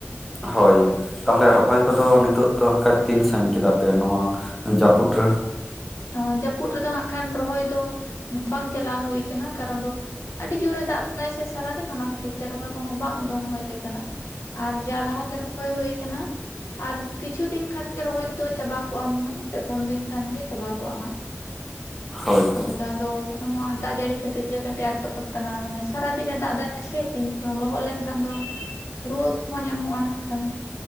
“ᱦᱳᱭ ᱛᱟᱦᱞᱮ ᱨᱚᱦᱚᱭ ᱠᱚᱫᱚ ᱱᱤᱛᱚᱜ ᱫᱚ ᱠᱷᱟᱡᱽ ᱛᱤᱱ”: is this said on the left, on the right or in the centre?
Centre